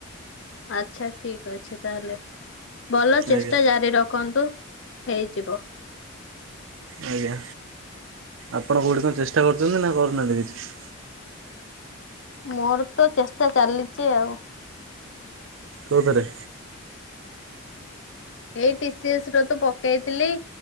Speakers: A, on the left; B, on the right.
A: ଆଚ୍ଛା ଠିକ୍ ଅଛି ତାହେଲେ ଭଲ ଚେଷ୍ଟା
B: ଆଜ୍ଞା
A: ଜାରି ରଖନ୍ତୁ। ହେଇଯିବ।
B: ଆଜ୍ଞା ଆପଣ କଉଠି କଣ ଚେଷ୍ଟା କରୁଛନ୍ତି ନା କରୁନାହାନ୍ତି କିଛି।
A: ମୋର ତ ଚେଷ୍ଟା ଚାଲିଚି ଆଉ।
B: କୋଉଥିରେ?
A: ଏଇ ଟି ସି ଏସ୍‌ ର ତ ପକେଇଥିଲି।